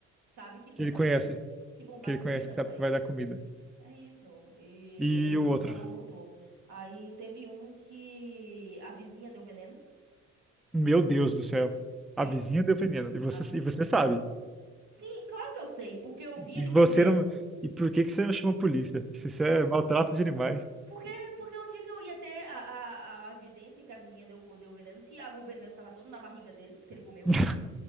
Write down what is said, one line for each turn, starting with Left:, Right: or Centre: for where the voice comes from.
Right: sabe que vão
Centre: que ele
Right: dar,
Centre: conhece.
Right: vão, que vão dar
Centre: Que ele
Right: comida
Centre: conhece que sabe
Right: pra
Centre: que
Right: ele.
Centre: vai dar comida.
Right: É isso. E
Centre: E
Right: ele
Centre: o outro?
Right: nunca mais voltou. Aí teve um que a vizinha deu veneno.
Centre: Meu Deus do céu.
Right: Sim.
Centre: A vizinha defendendo. E você,
Right: A vizinha
Centre: e você
Right: deu
Centre: sabe.
Right: veneno. Sim, claro que eu sei, porque eu vi
Centre: E
Right: ele
Centre: você
Right: comendo.
Centre: não. E por que que você não chama a polícia? Se isso é maltrato de animais.
Right: Porque, porque onde é que eu ia ter a, a, a evidência que a vizinha deu, co- deu veneno? Se a- o veneno tava todo na barriga dele, porque ele comeu.
Centre: <laughs>